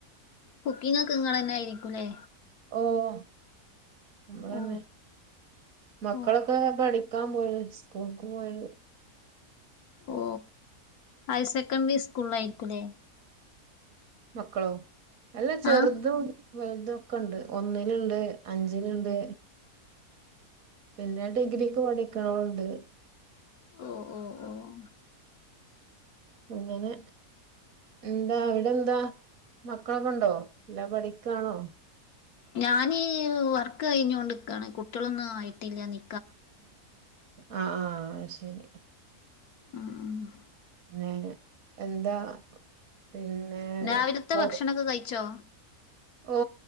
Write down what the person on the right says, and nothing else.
ഓ നമ്മള്ളെന്നെ
മക്കളൊക്കെ
പഠി ക്ക പോയി സ്കൂൾക്ക പോയ്.
മക്കളോ അല്ല ചെറുതും
വലുതൊക്കെ ഇണ്ട് ഒന്നിലുണ്ട്, അഞ്ചിലുണ്ട് പിന്നെ ഡിഗ്രിക്ക് പഠിക്കണതുണ്ട്.
അങ്ങനെ എന്താ അവിടെ എന്താ മക്കളൊക്കെ ഉണ്ടോ അല്ലാ പഠിക്കാണോ.
ആ ആ ശരി
പിന്നെ എന്താ പിന്നെ
പ്പ
ഓ.